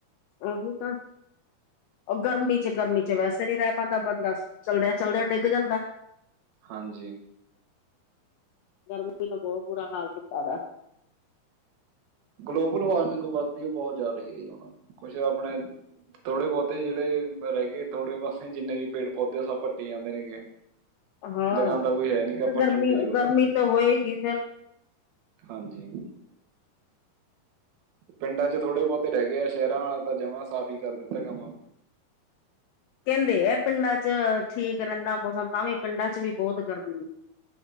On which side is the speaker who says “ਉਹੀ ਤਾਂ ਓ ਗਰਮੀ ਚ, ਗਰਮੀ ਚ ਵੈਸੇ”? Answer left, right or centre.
Left